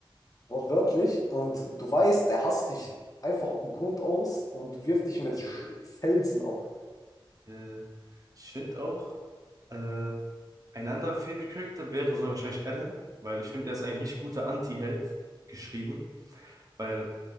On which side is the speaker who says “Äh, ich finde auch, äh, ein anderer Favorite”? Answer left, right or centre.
Right